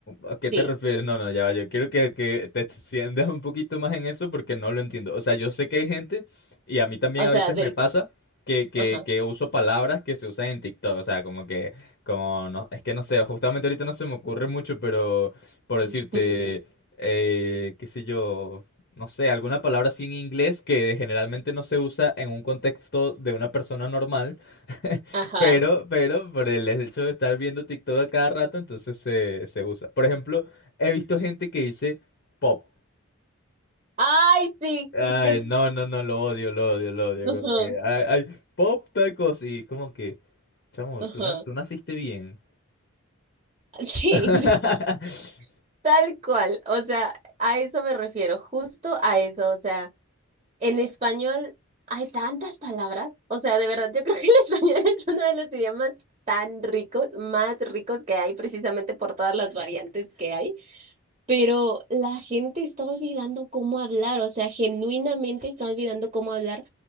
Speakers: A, on the left; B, on the right.
A: ¿a qué te
B: Sí,
A: refieres? No, no, ya va, yo quiero que, que te extiendas un poquito más en eso porque no lo entiendo. O sea, yo sé que hay gente, y a mí también
B: o
A: a
B: sea,
A: veces
B: del
A: me pasa,
B: que.
A: que, que,
B: Ajá.
A: que uso palabras que se usan en TikTok. O sea, como que, como, no, es que no sé, justamente ahorita no se me ocurre mucho, pero por decirte,
B: <laughs>
A: eh, qué sé yo, no sé, alguna palabra así en inglés que generalmente no se usa en un contexto de una persona normal
B: Ajá.
A: pero, pero, por el hecho de estar viendo TikTok a cada rato, entonces se, se usa. Por ejemplo, he visto gente que dice pop.
B: Ay, sí,
A: Ay,
B: sí, sí.
A: no,
B: sí.
A: no, no, lo odio, lo odio, lo odio.
B: Ajá,
A: Como que, ay, ay, pop tal cosa. Y es como que, chamo,
B: ajá.
A: tú, na- tú naciste bien.
B: Sí,
A: <laughs>
B: <laughs> tal cual. O sea, a eso me refiero, justo a eso. O sea, en español hay tantas palabras. O sea, de verdad, yo creo que el <laughs> español es uno de los idiomas tan ricos, más ricos que hay, precisamente por todas las variantes que hay. Pero la gente está olvidando cómo hablar, o sea, genuinamente está olvidando cómo hablar